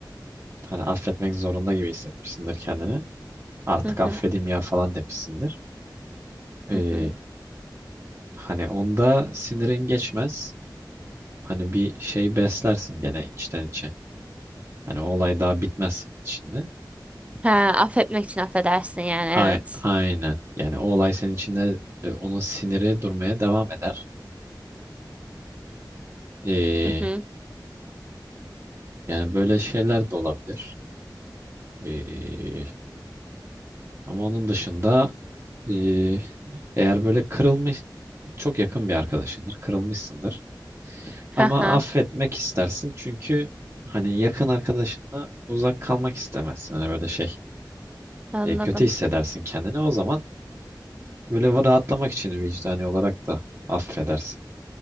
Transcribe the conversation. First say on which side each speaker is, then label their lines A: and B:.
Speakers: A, on the right; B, on the right.
A: hani affetmek zorunda gibi hissetmişsindir kendini. Artık
B: Hı
A: affedeyim
B: hı
A: ya falan demişsindir. E,
B: hı hı.
A: hani onda sinirin geçmez. Hani bir şey beslersin gene içten içe. Hani o olay daha bitmez senin içinde.
B: Ha, affetmek için affedersin yani evet.
A: A- aynen. Yani o olay senin içinde e, onun siniri durmaya devam eder. Ee,
B: Hı hı.
A: yani böyle şeyler de olabilir. Ee, ama onun dışında e, eğer böyle kırılmış çok yakın bir arkadaşındır, kırılmışsındır. Ama
B: Ha ha
A: affetmek istersin çünkü hani yakın arkadaşınla uzak kalmak istemezsin. Hani böyle şey
B: anladım.
A: e, kötü hissedersin kendini. O zaman böyle rahatlamak için vicdani olarak da affedersin